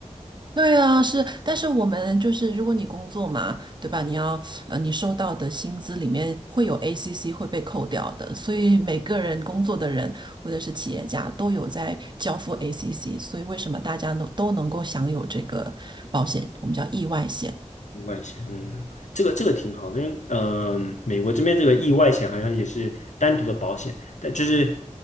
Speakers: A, on the right; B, on the left.
A: 对啊，是，但是我们就是，如果你工作嘛，对吧？你要，呃，你收到的薪资里面会有 ACC 会被扣掉的，所以每个人工作的人或者是企业家都有在交付 ACC，所以为什么大家能都能够享有这个保险，我们叫意外险。
B: 意外险，嗯，这个这个挺好的，因为嗯、呃美国这边这个意外险好像也是单独的保险，但就是